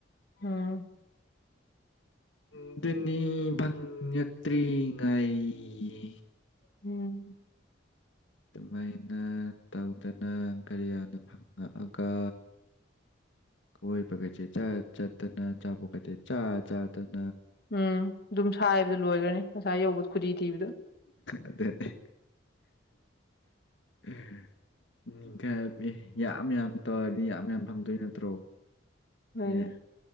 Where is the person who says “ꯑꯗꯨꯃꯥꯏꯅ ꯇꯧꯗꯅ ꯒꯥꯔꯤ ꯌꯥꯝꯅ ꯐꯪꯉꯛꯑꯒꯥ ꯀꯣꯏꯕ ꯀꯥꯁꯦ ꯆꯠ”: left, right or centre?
Left